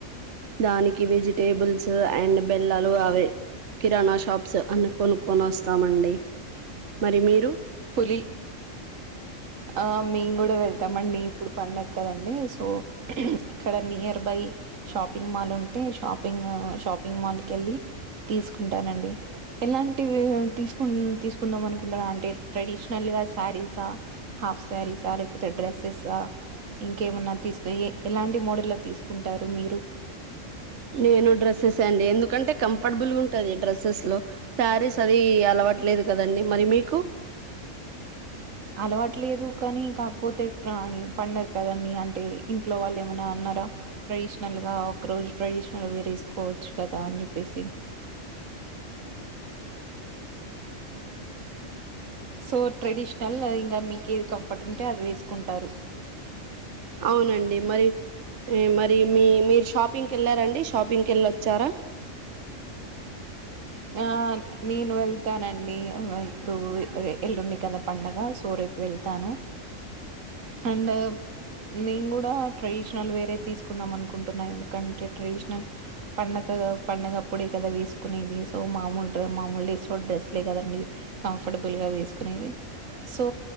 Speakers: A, on the right; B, on the right.
A: దానికి వెజిటేబుల్స్ అండ్ బెల్లాలు అవే కిరాణా షాప్స్ అన్ని కొనుక్కొని వస్తామండి మరి మీరు
B: డీ ఆ మేము కూడా వెళ్తామండి ఇప్పుడు పండగ కదండి సో ఇక్కడ నియర్ బై షాపింగ్ మాల్ ఉంటే షాపింగ్ షాపింగ్ మాల్ కీ వెళ్ళి తీసుకుంటానండి ఎలాంటివి తీసుకు తీసుకుందాం అనుకుంటున్నరండి అంటే ట్రెడిషనల్ వా శారీసా హాఫ్ శారీసా లేకపోతే డ్రెస్సెసా ఇంకేమన్నా తీసుకు ఎలాంటి మోడల్ లో తీసుకుంటారు మీరు
A: నేను డ్రస్సెస్ అండి ఎందుకంటే కంఫర్టబుల్ గా ఉంటాది డ్రస్సెస్ లో శారీస్ అది అలవాటు ట్లేదు కదండి మరి మీకు
B: అలవాటు లేదు కానీ కాకపోతే ఎట్లా అని పండగ కదండి అంటే ఇంట్లో వాళ్ళు ఏమన్నా అన్నా ట్రెడిషనల్ గా ఒక రోజు ట్రడిషనల్ వేర్ వేసుకోవచ్చు కదా అని చెప్పేసి సో ట్రెడిష్ నల్ ఇంకా మీకి ఏది కంఫర్ట్ ఉంటే అది వేసుకుంటారు
A: అవునండి మరి మరి మీ మీరు షాపింగ్ కి వెళ్ళారండి షాపింగ్ కి వెళ్ళొచ్చారా
B: ఆన్ నిను వెల్ వెళ్తానండి ఇప్పుడు ఎల్లుండి కదా పండగ సో రేపు వెళ్తాను అండ్ అమ్ నేను కూడా ట్రెడిషనల్ వేరే తీసుకుందాం అనుకుంటున్నా ఎందుకంటే ట్రెడిషనల్ పండగ పండుగ అప్పుడే కదా వేసుకునేది సో మామూలుతొ మాముూలు డేస్ లో డ్రెస్ లే కదండి కంఫర్టబుల్ గా వేసుకునేది సో